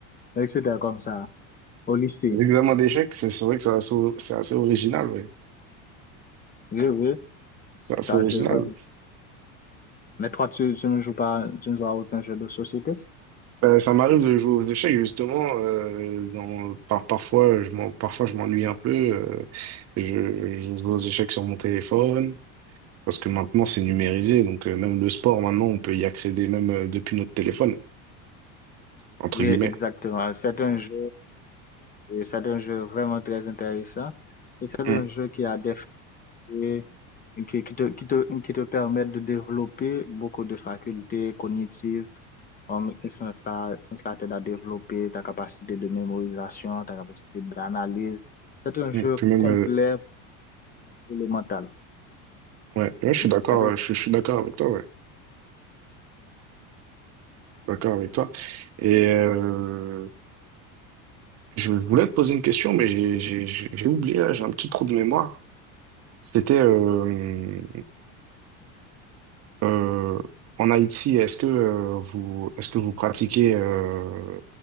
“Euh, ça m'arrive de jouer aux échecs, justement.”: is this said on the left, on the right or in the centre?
Right